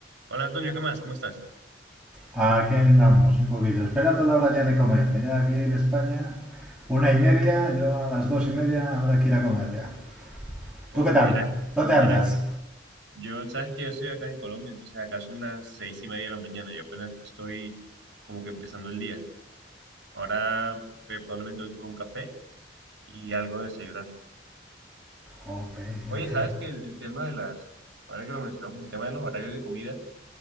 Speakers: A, on the right; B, in the centre.
A: Hola Antonio, ¿qué más? ¿Cómo estás?
B: Aquí andamos un poquito, esperando la hora ya de comer. Ya aquí en España, una y media, yo a las dos y media habrá que ir a comer ya.
A: Uf,
B: ¿Tú qué
A: mira,
B: tal? ¿Dónde
A: mira
B: andas?
A: que yo, sabes que yo soy acá en Colombia, entonces acá son las seis y media de la mañana, yo apenas me estoy como que empezando el día. Ahora eh, probablemente voy por un café y algo de desayunar.
B: Ok,
A: Oye,
B: ok.
A: ¿sabes que el, el tema de las, ahora que lo mencionamos, el tema de los horarios de comida